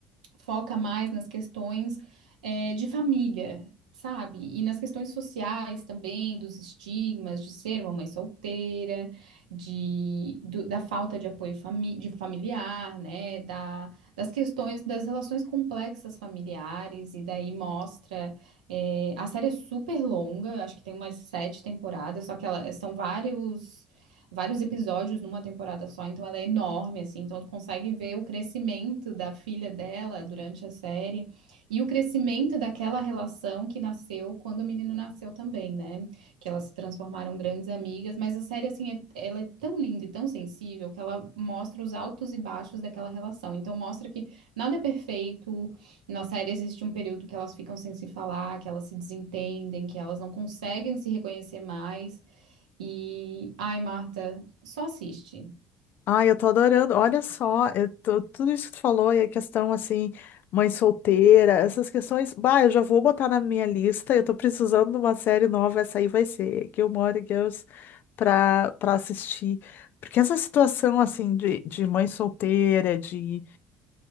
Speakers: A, on the right; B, on the left.
A: foca mais nas questões é, de família, sabe? E nas questões sociais também, dos estigmas de ser uma mãe solteira, de, do- da falta de apoio fami- de familiar, né? Da, das questões das relações complexas familiares, e daí mostra. é, a série é super longa, eu acho que tem umas sete temporadas, só que ela, são vários vários episódios numa temporada só, então ela é enorme, assim, então tu consegue ver o crescimento da filha dela durante a série e o crescimento daquela relação que nasceu quando o menino nasceu também, né? Que elas se transformaram grandes amigas, mas a série, assim, é- ela é tão linda e tão sensível que ela mostra os altos e baixos daquela relação, então mostra que nada é perfeito, na série existe um período que elas ficam sem se falar, que elas se desentendem, que elas não conseguem se reconhecer mais, e, ai, Marta, só assiste.
B: Ah, eu tô adorando. Olha só, eu tô- tudo isso que tu falou e a questão assim, mãe solteira, essas questões. Bah, eu já vou botar na minha lista. Eu tô precisando de uma série nova. Essa aí vai ser Gilmore Girls pra, pra assistir. Porque essa situação assim de, de mãe solteira, de